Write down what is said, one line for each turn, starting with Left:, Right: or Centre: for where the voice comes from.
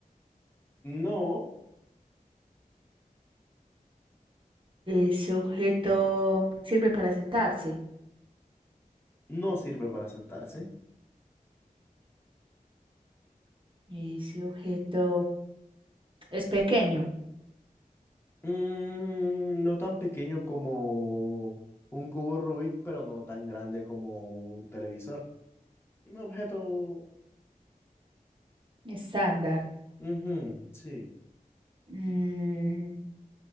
Left: No,
Right: Ese objeto sirve para sentarse.
Left: no sirve para sentarse.
Right: Ese objeto es pequeño,
Left: Mm, no tan pequeño como un cubo Rubik, pero no tan grande como un televisor. Un objeto.
Right: estándar.
Left: ujú, sí.
Right: Mm,